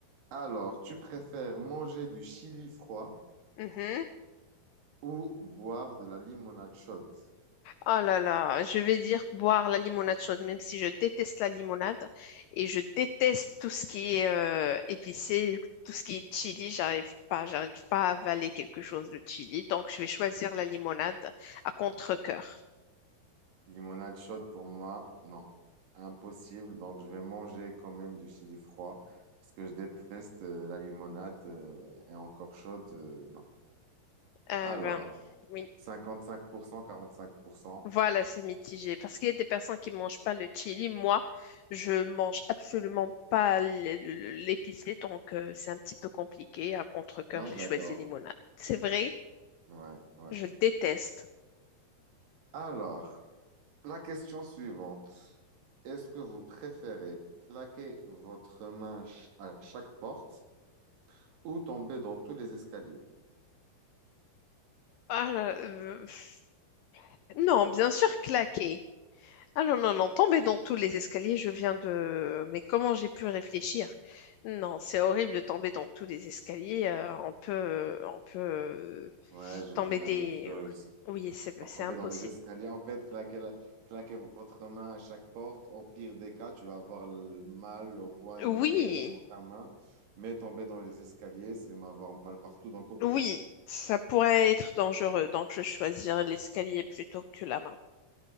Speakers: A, on the right; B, on the left.
A: Alors, tu préfères manger du chili froid
B: Mhm.
A: ou boire de la limonade chaude?
B: Oh là là, je vais dire boire la limonade chaude, même si je déteste la limonade et je déteste tout ce qui est euh, épicé, tout ce qui est chili, j'arrive pas, j'arrive pas à avaler quelque chose de chili, donc je vais choisir la limonade à contre-cœur.
A: Limonade chaude pour moi, non. Impossible. Donc, je vais manger quand même du chili froid parce que je déteste euh, la limonade euh, et encore chaude, euh, non.
B: Euh,
A: Alors,
B: ben, oui.
A: cinquante cinq cinq pour cent, quarante pour cent.
B: Voilà, c'est mitigé. Parce qu'il y a des personnes qui ne mangent pas le chili. Moi, je mange absolument pas l- l- l'épicé, donc euh, c'est un petit peu compliqué. À contre-cœur,
A: Moi,
B: j'ai
A: j'adore.
B: choisi limonade. C'est vrai,
A: Ouais, ouais.
B: je déteste.
A: Alors, la question suivante. Est-ce que vous préférez claquer votre main ch- à chaque porte ou tomber dans tous les escaliers?
B: Ah là, euh, pff. non, bien sûr, claquer. Ah non, non, non, tomber dans tous les escaliers, je viens de... Mais comment j'ai pu réfléchir? Non, c'est horrible de tomber dans tous les escaliers. euh, on peut, on peut euh,
A: Ouais, je
B: tomber
A: dis la
B: des...
A: même chose.
B: Oui, c'est c'est
A: Tomber
B: impossible.
A: dans les escaliers, en fait, claquer, la- claquer votre main à chaque porte. Au pire des cas, tu vas avoir le mal au poignet,
B: Oui,
A: euh, dans ta main. Mais tomber dans les escaliers, c'est m'avoir mal partout. Donc, OK.
B: Oui, ça pourrait être dangereux, donc je choisirais l'escalier plutôt que la main.